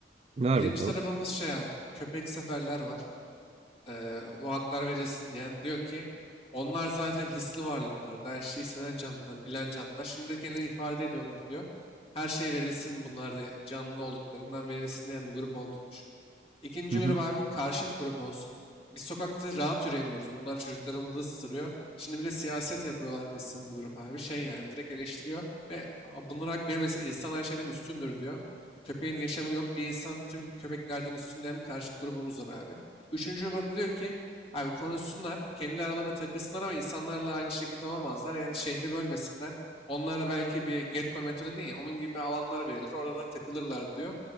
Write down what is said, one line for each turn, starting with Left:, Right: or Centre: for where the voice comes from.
Right: ver
Left: Birinci
Right: bakalım.
Left: tarafımız şey abi. Köpek seferler var. Ee, bu haklar verilsin diyen diyor ki onlar zaten hisli varlıklar. Daha her şeyi hisseden canlılar, bilen canlılar. Şimdi de kendilerini ifade ediyorlar diyor. Her şey verilsin bunlar da canlı olduklarından verilsin diyen bir grup olduğunu düşün. İkinci
Right: Hı hı.
Left: grup abi karşıt grup olsun. Biz sokakta rahat yürüyemiyoruz. Bunlar çocuklarımızı ısırıyor. Şimdi bir de siyaset yapıyorlar desin bu grup abi. Şey yani bu direkt eleştiriyor ve "Aa, bunlara hak verilmesin insan her şeyden üstündür diyor. Köpeğin yaşamı yok bir insan tüm köpeklerden üstün diyen bir karşıt grubumuz var abi. Üçüncü grupta diyor ki abi konuşsunlar kendi aralarına takılsınlar ama insanlarla aynı şekilde olamazlar. Yani şehri bölmesinler. Onlara belki bir getto metodu değil ya onun gibi alanlar verilir orada takılırlar diyor.